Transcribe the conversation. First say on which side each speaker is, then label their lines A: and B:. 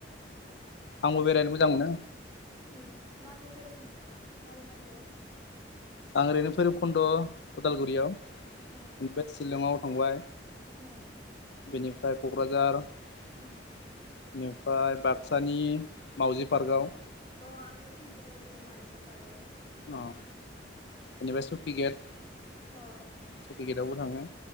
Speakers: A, on the left; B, on the left.
A: आंबो बेरायनो मोजां मोनो।
B: उम माबेयाव बेरायखो नोंथाङा माबे माबेयाव?
A: आं ओरैनो भैरबखुन्द' उदालगुरियाव।
B: उम उम
A: बेनिफ्राय सिलंआव थांबाय
B: उम
A: बेनिफ्राय क'क्राझार बेनिफ्राय
B: उम
A: बाक्सानि मावजि पार्कआव
B: अ आंबो थांफेरबाय बेयाव मावजि पार्कआव
A: अ इनिफाय सुकि गेट
B: अ
A: सुकि गेटआवबो थांङो